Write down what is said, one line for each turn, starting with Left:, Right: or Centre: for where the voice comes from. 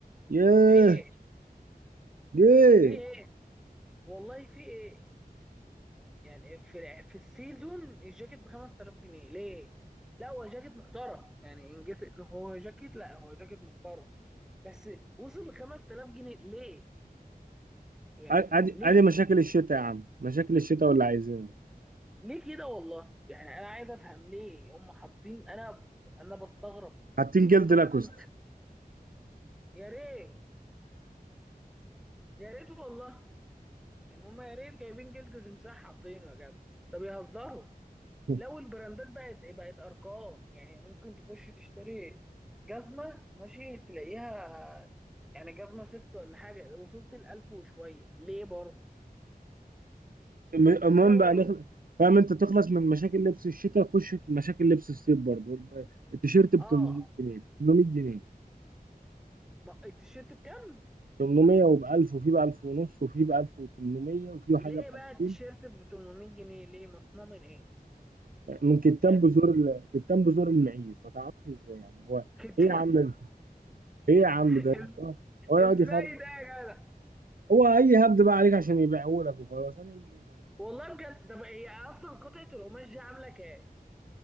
Right: ياه
Centre: في ايه
Right: ياه
Centre: في ايه والله في ايه يعني في في السيزون الجاكيت ب 5000 جنيه ليه لا هو جاكيت محترم يعني ان جيت إن هو جاكيت لا هو جاكيت محترم بس وصل ل 5000 جنيه ليه يعني
Right: ادي
Centre: ليه
Right: ادي مشاكل الشتاء يا عم مشاكل الشتاء واللي عايزينها
Centre: ليه كده والله يعني انا عايز افهم ليه هم حاطين انا انا بستغرب
Right: حاطين جلد
Centre: خاصه
Right: لاكوست
Centre: المح- يا ريت يا ريت والله ان هم يا ريت جايبين جلد تمساح حاطينه يا جدع طب يهزروا
Right: <laughs>
Centre: لو البراندات بقت بقت ارقام يعني ممكن تخش تشتري جزمه ماشي تلاقيها يعني جزمه سيفت ولا حاجه وصلت ال 1000 وشويه ليه برضه
Right: الم- المهم
Centre: ولو
Right: بقى نخل... فاهم انت تخلص من مشاكل لبس الشتاء خش في مشاكل لبس الصيف برضه التيشيرت ب
Centre: اه
Right: 800 جنيه ب 800 جنيه
Centre: ما- التيشيرت بكام
Right: 800 وب 1000 وفي ب 1000 ونص وفي ب 1800 وفي حاجه
Centre: ليه
Right: ب
Centre: بقى
Right: 2000
Centre: التيشيرت ب 800 جنيه ليه مصنوع من ايه
Right: من كتان
Centre: يعني
Right: بزور ال... كتان بزور المعيز ما تعرفش ازاي يعني هو
Centre: كنت
Right: ايه يا عم ده؟ ايه يا عم
Centre: <laughs>
Right: ده
Centre: إز-
Right: هو يقعد
Centre: ازاي
Right: يخرب
Centre: ده يا جدع
Right: هو اي هبد بقى عليك عشان يبيعه لك وخلاص هنعمل ايه طيب
Centre: والله بجد طب هي اصلا قطعه القماش دي عامله كام